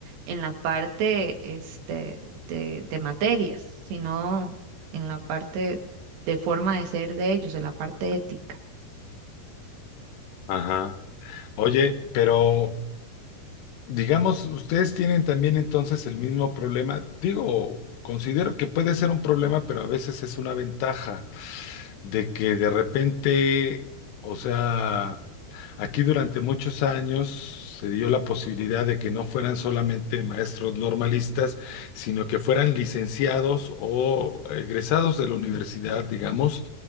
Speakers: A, on the right (about 80°); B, on the left (about 85°).
A: en la parte este, de, de materias, sino en la parte de forma de ser de ellos, en la parte ética.
B: Ajá. Oye, pero digamos, ustedes tienen también entonces el mismo problema. Digo, considero que puede ser un problema, pero a veces es una ventaja de que de repente, o sea, aquí durante muchos años se dio la posibilidad de que no fueran solamente maestros normalistas, sino que fueran licenciados o egresados de la universidad, digamos,